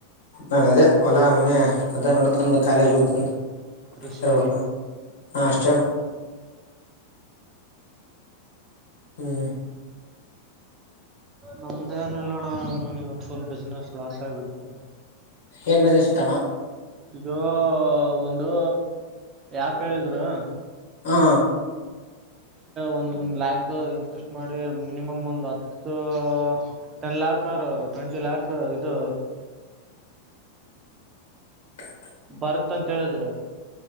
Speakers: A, on the left (about 60°); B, on the right (about 30°).
A: ನ ಅದೇ ಹೊಲಾ ಮನೆ ಅದ ನೋಡ್ಕೊಂಡು ಕಾಲೇಜ್ ಹೋಗ್ಕೊಂಡು
B: ಕೃಷಿ
A: ಹಬೇಕಕ್ಕ ಹಷ್ಟ ಹ್ಮ್
B: ನಮ್ದೇ ಏನಿಲ್ಲ ನಾವ ಇವತ್ತು ಫುಲ್ ಬಿಸ್ನೆಸ್ ಲಾಸ್ ಆಗಿಬಿಡ್ತೇ
A: ಏನ್ ಬಿಸ್ನೆಸ್ ಇತ್ತಣ
B: ಇದು ಒಂದು ಯಾಪ್ ಹೇಳಿದ್ರು
A: ಹಾ
B: ಒಂದ ಲ್ಯಾಕ್ ಇನ್ವೆಸ್ಟ್ ಮಾಡಿ ಮಿನಿಮಮ್ ಒಂದು್ ಹತ್ತು ಟೆನ್ ಲ್ಯಾಕ್ ಅವರು ಟ್ವೆಂಟಿ ಲ್ಯಾಕ್ ಇದು
A: ಹ
B: ಬರತ್ ಅಂತ ಹೇಳಿದ್ರೆ